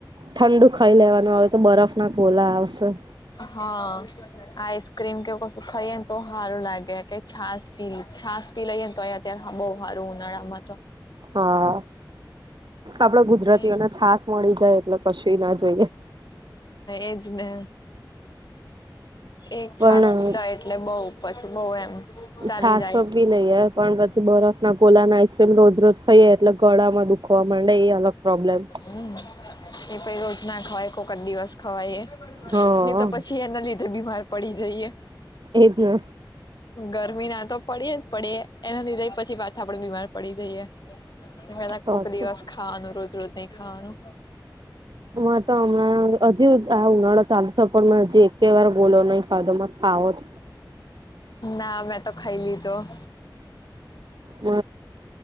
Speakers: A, on the right; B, on the left.
A: ઠંડુ ખાઈ લેવાનું હવે તો બરફ ના ગોલા આવશે
B: હા આઈસ્ક્રીમ કે ું ખાઈએ ને તો સારું લાગે કે છાસ પી છાસ પી લઈએને તો અ અત બહ સારું ઉનાળામાં તો
A: હા આપડ ગુજરાતીઓને
B: એજ
A: છાસ મળી જાય એટલે કશું ના જોઈએ
B: એજને એક
A: પણ
B: છાસવીધા એટલે બઉુ પછી બહુ એમ ચાલી
A: છાસ
B: જાય
A: બી નહી હ પણ પછી બરફ ના કોલા ના તેમ રોજ રોજ ખઈએ એટલે ગળામાં દુખ જોવા માંડે એ અલગ પ્રોબ્લેમ
B: હમ એ પણ રોજ ના ખવાય કોક જ દિવસ ખવાય એ
A: હા
B: એ તો પછી એના લીધે બીમાર પડી જઈએ
A: એજ ને
B: ગરમી ના તો પડી એ જ પડે એ એના લીધઈ પછ થી પાછા આપડે બીમાર પડી જઈએ. એના
A: તો
B: કોક
A: શું
B: દિવસ ખાવાનું રોજ રોજ નહી ખાવાનું
A: માં તો હમણાં હજી આ ઉનાળો ચાલુ થયો પણ મેં હજી એકે વાર ગોલો નહી ખાધો મારે ખાવો જ
B: ના મેં તો ખાઈ લી તો
A: હ